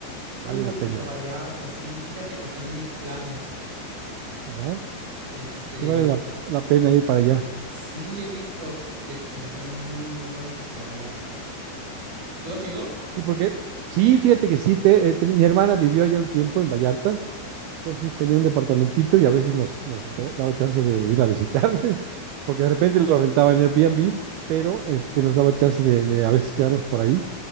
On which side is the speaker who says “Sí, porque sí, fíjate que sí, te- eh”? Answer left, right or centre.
Right